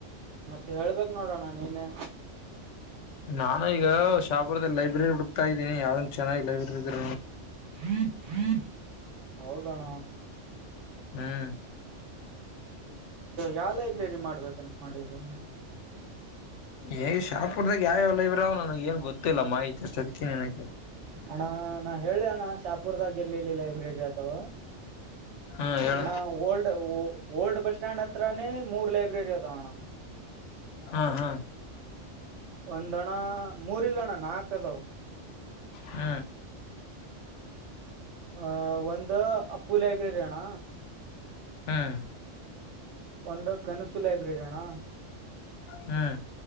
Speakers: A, on the right; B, on the left.
A: ಮತ್ತೆ ಹೇಳ್ಬೇಕು ನೋಡೋಣ ನೀನೇ
B: ನಾನು ಈಗ ಶಾಪುರದ ಲೈಬ್ರರಿ ಹುಡ್ಕಾ ಇದೀನಿ ಯಾವ್ದನ್ ಚೆನ್ನಾಗಿ ಲೈಬ್ರರಿ ಇದ್ರ
A: ಹ ಹೌದಣ
B: ಹ್ಮ್
A: ಯಾವ ಲೈಬ್ರರಿ ಮಾಡ್ಬೇಕಂತ ಮಾಡಿದ್ದ
B: ಈಗ ಶಾಪುರ್ದಾಗ ಯಾವೆ ಎಲ್ಲ ಇ್ರವ ನನಗ ಏನ್ ಗೊತ್ತಿಲ್ಲ ಮಾಹಿತಿ ಅದಕ್ಕೆ ನಿನಗೆ
A: ಅಣ ನಾ ಹೇಳಿ ಅಣ್ಣ ಶಾಪುರ್ದಾಗ ಎರ್ಲಲ್ಲಿ ಲೈಬ್ರರಿ ಅಥವ
B: ಹಾ ಹೇಳ
A: ಹಣ ಓಲ್ಡ ಓಲ್ಡ ಬಸ್ ಸ್ಟ್ಯಾಂಡ ಹತ್ರ ಮೂರು ಲೈಬ್ರರಿ ಅದಣ
B: ಹಾ ಹಾ
A: ಒಂದಣ ಮೂರ್ ಇಲ್ಲಣ್ಣ ನಾಕ ಅದಾವ
B: ಹ್ಮ
A: ಆ ಒಂದು ಅಪ್ಪು ಲೈಬ್ರರಿ ಅಣ್ಣ
B: ಹ್ಮ್
A: ಒಂದು ಕನಸು ಲೈಬ್ರರಿ ಅಣ್ಣ
B: ಹ್ಮ್